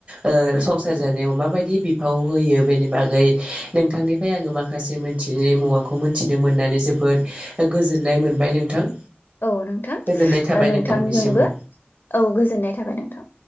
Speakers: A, on the right (about 30°); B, on the left (about 60°).
A: ओ संसार जानायाव माबायदि बिफाव होयो बेनि बागै नोंथांनि फ्राय आङो माखासे मोनथियै मुवाखौ मोनथिनो मोननानै जोबोद गोजोननाय मोनबाय नोंथां।
B: औ नोंथां
A: गोजोननाय थाबाय
B: ओ नोंथांजोंबो
A: नोंथांनिसिमबो।
B: औ गोजोननाय थाबाय नोंथां।